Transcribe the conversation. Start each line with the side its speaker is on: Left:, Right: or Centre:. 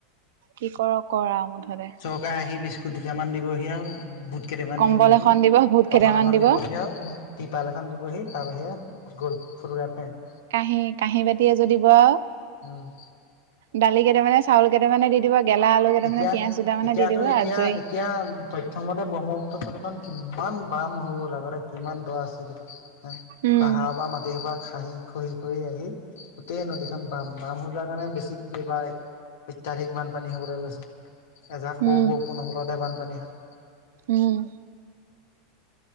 Right: কি কৰ কৰ মুঠতে।
Left: চৰকাৰে আহি বিস্কুট দুটামান দিবহি আৰু বুট কেইটামান
Right: কম্বল
Left: দিবহি,
Right: এখন দিব ভূত কেইটামান
Left: কম্বল এখন
Right: দিব
Left: দিবহিয়েই আৰু তিপাল এখন দিবহি তাৰ বাহিৰে গ'ল ফু্টুকাৰ ফেন।
Right: কাঁহী কাঁহী-বাতি এযোৰ দিব আউ।
Left: উম!
Right: দালি কেইটামানে, চাউল কেইটামানে দি দিব, গেলা আলু কেইটামানে,
Left: এতিয়া
Right: পিয়াজ কেইটামানে
Left: এতিয়াতো
Right: দি দিব
Left: এতিয়া
Right: আজৰি।
Left: এতিয়া তথ্যমতে ব্ৰহ্মপুত্ৰ তলিখন কিমান বাম হৈ গ'ল আগতে কিমান দ আছিলে। এ
Right: উম
Left: পাহাৰৰ পৰা মাটি সোপা খাহি। খহি-খহি আহি গোটেই নদীখন বাম। বাম হৈ যোৱা কাৰণে বেছি এইবাৰ অত্যাধিক বানপানী হ'বলৈ লৈছে। এজাক সৰু
Right: উম
Left: বৰষুণৰ ফলতে বানপানী হয়।
Right: উম!